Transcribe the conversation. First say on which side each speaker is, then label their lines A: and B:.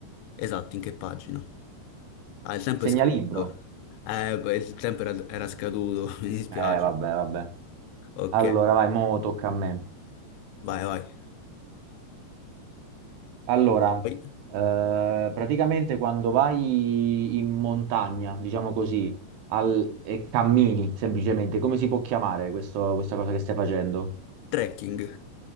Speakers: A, on the left; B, on the right.
A: Esatto, in che pagina? Ah, il tempo
B: Segnalibro.
A: è scaduto. Eh, beh, il tempo era, era scaduto, <laughs> mi dispiace.
B: Eh, vabbè, vabbè.
A: Ok,
B: Allora, vai, mo tocca a me.
A: vai, vai.
B: Allora,
A: Poi,
B: eh, praticamente quando vai in montagna, diciamo così, al- e cammini semplicemente, come si può chiamare questo- questa cosa che stai facendo?
A: trekking.